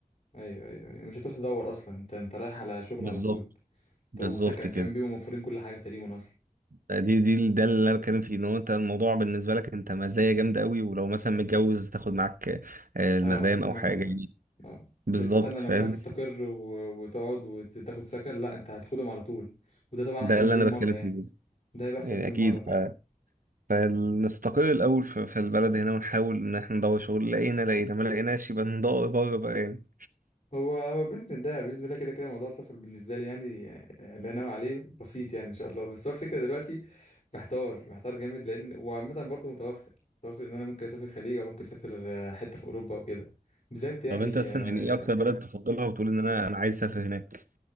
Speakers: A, on the left (about 45°); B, on the right (about 70°).
A: ايوه ايوه ايوه مش هتروح تدور اصلا انت انت رايح على شغل
B: بالظبط
A: على طول
B: بالظبط
A: طب وسكن
B: كده
A: كمان بيبقوا موفرين كل حاجة تقريبا اصلا
B: دي دي ده اللي انا بتكلم فيه ان هو انت الموضوع بالنسبه لك انت مزايا جامده قوي ولو مثلا متجوز تاخد معاك آه، المدام
A: اه زي ما دماغك
B: او حاجه
A: قال لك
B: يعني
A: اه
B: بالظبط
A: مش هتستنى لما
B: فاهم
A: تستقر و... وتقعد وتاخد سكن لا انت هتاخدهم على طول وده طبعا
B: ده
A: احسن
B: اللي
A: مليون
B: انا
A: مرة
B: بتكلم
A: يعني
B: فيه بالظبط.
A: ده هيبقى
B: يعني
A: احسن مليون
B: اكيد
A: مرة
B: ف-
A: فاهم
B: فنستقل الاول في في البلد هنا ونحاول ان احنا ندور شغل لقينا لقينا ما لقيناش يبقى ندور بره بقى يعني
A: هو هو بإذن الله بإذن الله كده كده موضوع السفر بالنسبة لي يعني آه، لا نوى عليه بسيط يعني إن شاء الله بس هو الفكرة دلوقتي محتار محتار جامد لأن وعامة برضه متوفر متوفر إن أنا ممكن أسافر الخليج أو ممكن أسافر آه، حتة في أوروبا وكده بالذات يعني
B: طب انت اصلا
A: آه،
B: يعني ايه اكتر بلد تفضلها وتقول ان انا انا عايز اسافر هناك